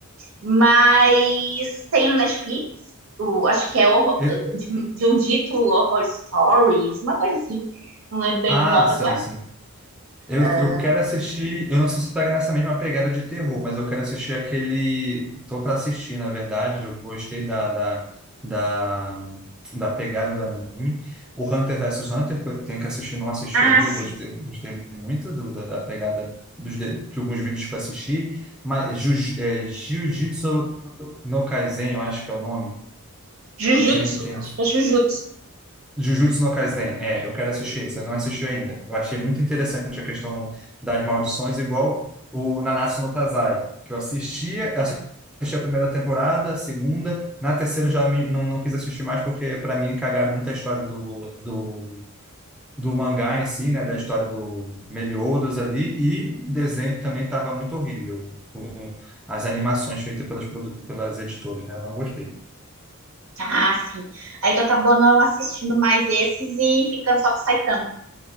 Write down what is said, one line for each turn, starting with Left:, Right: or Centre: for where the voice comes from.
Right: Mas tem no Netflix, o- acho que é horror-
Centre: Eu-
Right: de, um- de um dito Horror Stories, uma coisa assim. Não lembro bem
Centre: Ah,
Right: o nome
Centre: sim,
Right: agora.
Centre: sim. Eu,
Right: Ah,
Centre: eu quero assistir. Eu não sei se pega nessa mesma pegada de terror, mas eu quero assistir aquele. Tô para assistir, na verdade. Eu gostei da, da, da, da pegada do anime. O Hunter vs Hunter, que eu tenho que assistir, não assisti
Right: ah,
Centre: ainda.
Right: sim.
Centre: Eu gostei, eu gostei muito do, da, da pegada dos, de, de alguns vídeos que eu assisti. Mas Jiu, é, Jiu-Jitsu no Kaisen, eu acho que é o nome.
Right: Jujutsu,
Centre: Gente,
Right: acho que é Jujutsu.
Centre: Jujutsu no Kaisen, é, eu quero assistir,
Right: Isso.
Centre: você não assistiu ainda. Eu achei muito interessante a questão das maldições, igual o Nanatsu no Taizai, que eu assistia, assisti a primeira temporada, a segunda, na terceira eu já me- não, não quis assistir mais, porque para mim cagaram muita história do, do, do mangá em si, né, da história do Meliodas ali, e o desenho também estava muito horrível, as animações feitas pelas, produ- pelas editoras, né, eu não gostei.
Right: Ah, sim. Aí tu acabou não assistindo mais esses e ficando só com o Saitama.